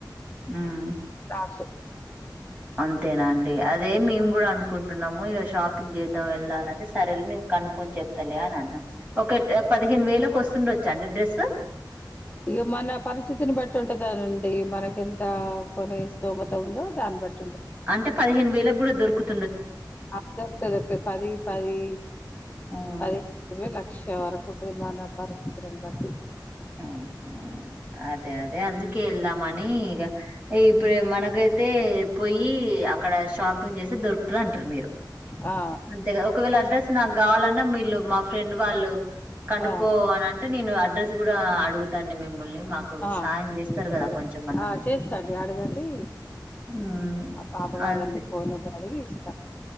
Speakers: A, on the right; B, on the left.
A: ఉమ్
B: అ
A: అంతేనా అండి అదే మేము కూడా అనుకుంటున్నాము ఇక షాపింగ్ చేద్దాం వెళ్ళాలంటే సరే నేను కను కొ చెప్తలే అన్నా ఒక పదిహేను వేలకు వస్తుండ వచ్చ చం డ్రెస్
B: ఇ మన పరిస్థితిని బట్టి ఉంటుందానండి మనకి ఎంత కొనే స్థోమత ఉందో దాన్ని బట్టి
A: అంటే పదిహేను వేలకు కూడా దొరుకుంది
B: ఆ దొరుకుతా దొరుకుతది పది
A: ఉమ్
B: పది ఇరవై వేల విష వర కుట్టది మన పరిస్థితిని బట్టి
A: అదే అదే అదే అందుకే వెళ్దామని ఇక ఇప్పుడు మనకైతే పోయి అక్కడ షాపింగ్ చేసే దొరుకుతుంది అంటారు మీరు
B: ఆ
A: అంతేగాదు ఒకవేళ అడ్రస్ నాకు కావాలన్నా మీళ్ళు మా ఫ్రెండ్ వాళ్ళు కనుకో
B: ఆ
A: అనంటే నేను అడ్రెస్ కూడా అడుగుతాండి మిమ్మల్ని
B: ఆ
A: సాయం చేస్తారు కదా
B: అడగండి
A: కొంచెం అన్నా
B: ఆ చేస్తాండి అడగండి
A: ఉమ్
B: పాప వాళ్ళండి
A: అది
B: ఫోన్ అడిగి స